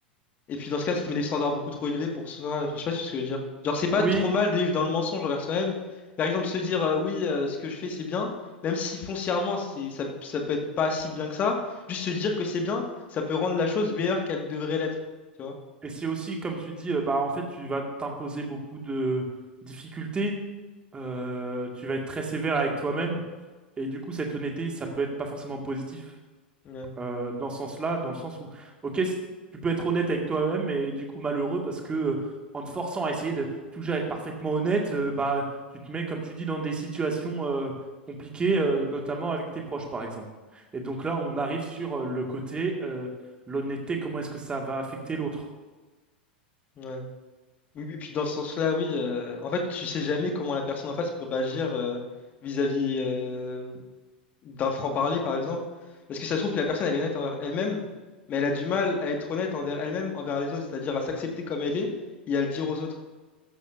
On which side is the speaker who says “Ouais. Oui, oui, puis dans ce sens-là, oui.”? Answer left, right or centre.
Left